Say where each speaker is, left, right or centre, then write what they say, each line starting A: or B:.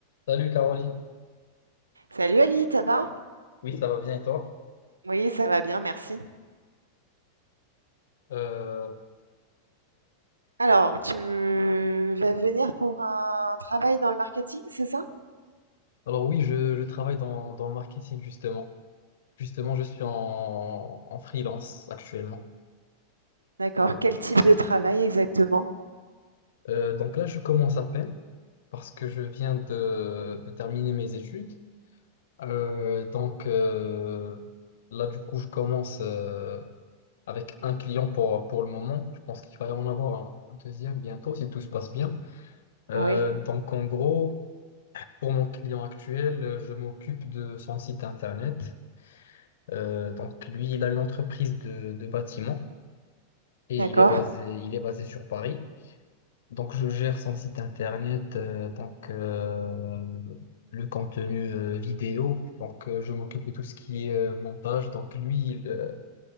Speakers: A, on the left; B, on the right.
A: Salut Caroline,
B: Salut Ali, ça va?
A: oui ça va bien et toi?
B: Oui, ça va bien, merci.
A: Euh,
B: Alors, tu me- vas venir pour un travail dans le marketing, c'est ça?
A: alors oui, je, je travaille dans, dans le marketing justement. Justement, je suis en, en freelance actuellement.
B: D'accord. Quel type de travail exactement?
A: Euh, donc là, je commence à peine parce que je viens de, de terminer mes études. Euh, donc euh, là, du coup, je commence euh, avec un client pour, pour le moment. Je pense qu'il va y en avoir un, un deuxième bientôt si tout se passe bien. Euh,
B: Oui,
A: donc en gros, pour mon client actuel, euh, je m'occupe de son site internet. Euh, donc lui, il a une entreprise de, de bâtiment et
B: d'accord.
A: il est basé, il est basé sur Paris. Donc je gère son site internet, euh, donc euh, le contenu euh, vidéo. Donc euh, je m'occupe de tout ce qui est euh, montage. Donc lui, il, euh,